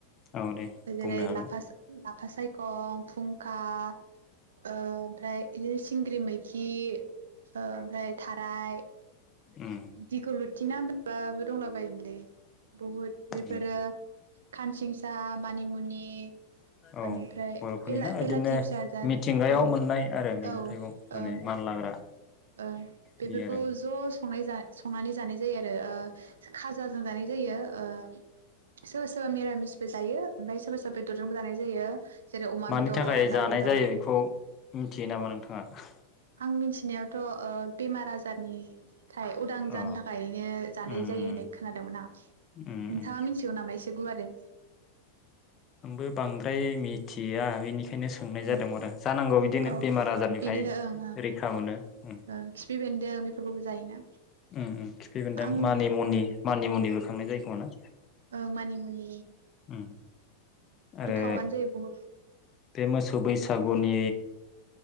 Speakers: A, on the left; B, on the right.
A: औ दे
B: जेरै
A: बुंनो हागोन
B: लाफा ला लाफा सायखम फुंखा ओ ओमफ्राय बिदिनो सिंग्रि मैखि ओमफ्राय थाराय
A: उम
B: दिगलथ बिदि नामबाबो दंलाबायोमोनलै बहुद बेफोरो
A: उम
B: खानसिंसा मानिमुनि
A: औ
B: बेनिफ्राय
A: बर'फोरनि
B: बेला
A: ना बिदिनो
B: बेलाथि फिसा जार
A: मिथिंगायाव
B: औ
A: मोननाय आरो मैगं
B: औ ओं
A: थाइगं माने मानलाग्रा
B: ओं बेफोरखौ
A: बे आरो
B: ज' संनाय जा संनानै जानाय जायो आरो ओ खाजाजों जानाय जायो ओ सोरबा सोरबा मिरामिसबो जायो ओमफ्राय सोरबा सोरबा बेदरजोंबो जानाय जायो। जेरै अमा
A: मानि
B: बेदर
A: थाखाय
B: दाउ
A: जानाय
B: बेदर
A: जायो बेखौ मिथियो नामा नोंथाङा
B: आं मिथिनायावथ' ओ बे मार आजारनि थाय उदां
A: अ
B: जानो थाखायनो जानाय
A: उम
B: जायो होननाय खोनादोंमोन आं।
A: उम
B: नोंथाङा
A: उम
B: मिथिगौ नामा एसे गुवारै?
A: आंबो बांद्राय मि थिया बेनि खायनो सोंनाय
B: उम
A: जादोंमोन आरो जानांगौ बिदिनो
B: औ
A: बेमार आजारनिफ्राय
B: बिदिनो ओं ओं
A: रैखा मोनो उम
B: ओं खिफि बेन्दों बेफोरखौबो जायोना
A: उम उम खिफि बेनदों
B: आं
A: मानि मुनि मानि मुनिबो खांनाय जायोखोमा ना
B: ओं मानि मुनि
A: उम आरो
B: गोथावानो जायो बहुद
A: बे मोसौ बैसागुनि